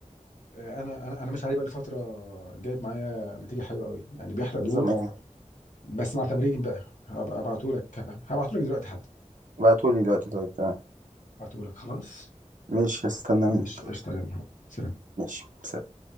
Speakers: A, on the left (about 75°); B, on the right (about 85°).
A: انا انا انا ماشي عليه بقى لي فتره جايب معايا نتيجه حلوه قوي يعني بيحرق دهون
B: نظام ايه
A: بس مع تمرين بقى هبقى ابعته لك هبعته لك دلوقتي حتى
B: ابعتولي دلوقتي طيب تمام
A: ابعته لك خلاص
B: ماشي هستنى
A: ماشي
B: منك
A: قشطه يلا سلام
B: ماشي سلام.